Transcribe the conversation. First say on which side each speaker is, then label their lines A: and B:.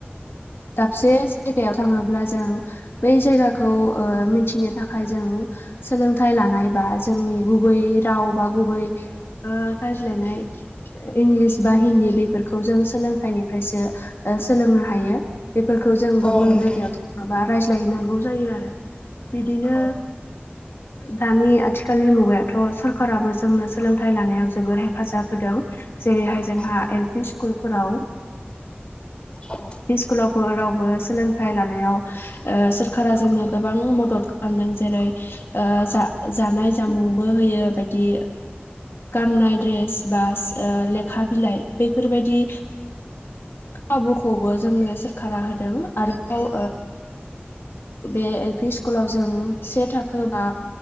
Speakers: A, on the left; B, on the left.
A: दाबसे जायगायाव थाङोब्ला जों बै जायगाखौ मिथिनो थाखाय जों सोलोंथाइ लानाय बा जोंनि गुबै राव बा गुबै राय्लायनाय इंलिस बा हिन्दी बेफोरखौ जों सोलोंथाइनिफ्रायसो सोलोंनो हायो बेफोरखौ जों गुबुन
B: औ नोंथां।
A: जायगायाव माबा रायज्लायहनांगौ जायो आरो बिदिनो
B: औ
A: दानि आथिखालनि मुगायावथ' सरकाराबो जोंनो सोलोंथाइ लानायाव जोबोद हेफाजाब होदों जेरैहाय जोंहा
B: औ
A: एल पि स्कुलफोराव
B: औ
A: स्कुलावबो रावबो सोलोंथाइ लानायाव सोरखारा जोंनो गोबां मदद खालामदों जेरै जा जानाय जामुंबो होयो बायदि गाननाय द्रेस बा लेखा बिलाइ बैफोरबायदि खाबुखौबो जोंनो सोरखारा होदों आरोबाव बे एल पि स्कुलाव जों से थाखो बा